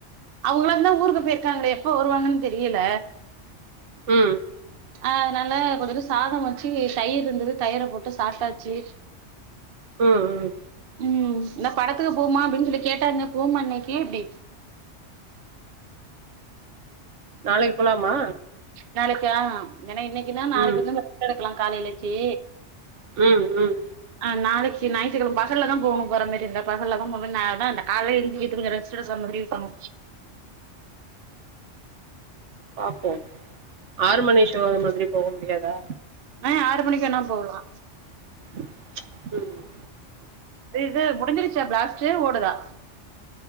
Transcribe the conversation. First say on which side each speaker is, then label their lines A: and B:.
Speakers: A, on the right; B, on the right.
A: அவங்களாந்தா ஊருக்கு போயிருக்காங்களே எப்ப வருவாங்கன்னு தெரியல
B: ம்
A: அதனால கொஞ்சோண்டு சாதோ வச்சு தயிர் இருந்தது தயிர போட்டு சாப்டாச்சு
B: ம் ம்
A: ம் என்ன படத்துக்கு போவமா அப்டின்னு சொல்லி கேட்டாங்க போவமா இன்னக்கி எப்டி
B: நாளைக்கி போலாமா
A: நாளைக்கா ஏன்னா இன்னைக்குன்னா நாளைக்குன்னு
B: ம்
A: ரெஸ்ட் எடுக்கலா காலேலக்கி
B: ம் ம்
A: ஆ நாளைக்கி ஞாயித்துக்கெழம பகல்லதா போனு போற மாரி இருந்தா பகல்லதா போனு நா என்ன இந்த கால்ல எந்திக்கிறதுக்கு கொஞ்சோ ரெஸ்ட் திரசா முடிவு பண்ணு
B: பாப்போ ஆறு மணி ஷோ அது மாதிரி போக முடியாதா
A: ஆ ஆறு மணிக்கு வேணா போகலா
B: ம்
A: இந்த இது முடிஞ்சிருச்சா பிளாஸ்ட் ஓடுதா